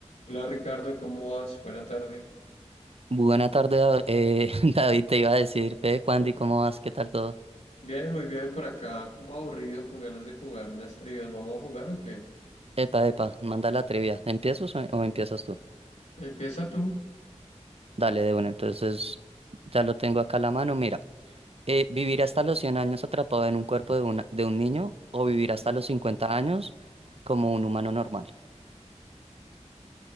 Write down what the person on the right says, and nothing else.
Buena tarde, Da- eh, <laughs> David, te iba a decir, ve,
Juandi, ¿cómo vas? ¿Qué tal todo?
Epa, epa, manda la trivia. ¿Empiezas o, o empiezas tú?
Dale, de una. Entonces, ya lo tengo acá a la mano. Mira, eh, vivir hasta los 100 años atrapado en un cuerpo de, una, de un niño o vivir hasta los 50 años como un humano normal.